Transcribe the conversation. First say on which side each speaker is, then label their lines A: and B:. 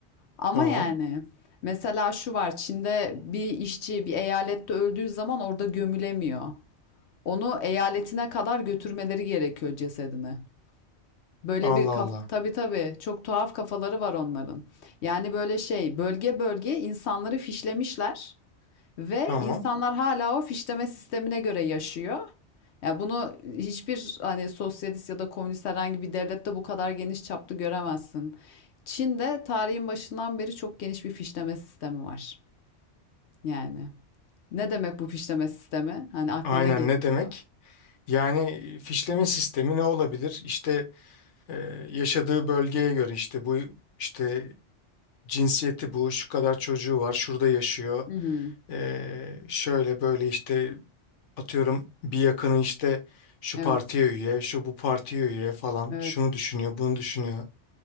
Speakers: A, on the left (about 70°); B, on the left (about 85°).
A: Ama
B: Tamam.
A: yani mesela şu var Çin'de bir işçi bir eyalette öldüğü zaman orada gömülemiyor. Onu eyaletine kadar götürmeleri gerekiyor cesedini. Böyle
B: Allah
A: bir kaf
B: Allah.
A: tabii tabii çok tuhaf kafaları var onların. Yani böyle şey bölge bölge insanları fişlemişler. Ve
B: Tamam.
A: insanlar hala o fişleme sistemine göre yaşıyor. Yani bunu hiçbir hani sosyalist ya da komünist herhangi bir devlette bu kadar geniş çaplı göremezsin. Çin'de tarihin başından beri çok geniş bir fişleme sistemi var. Yani ne demek bu fişleme sistemi? Hani aklına
B: Aynen
A: ne getiriyor?
B: ne demek? Yani fişleme sistemi ne olabilir? İşte e, yaşadığı bölgeye göre işte bu işte cinsiyeti bu şu kadar çocuğu var şurada yaşıyor.
A: Hı hı.
B: E, şöyle böyle işte Atıyorum bir yakını işte şu
A: Evet,
B: partiye üye, şu bu partiye üye falan.
A: evet,
B: Şunu düşünüyor, bunu düşünüyor.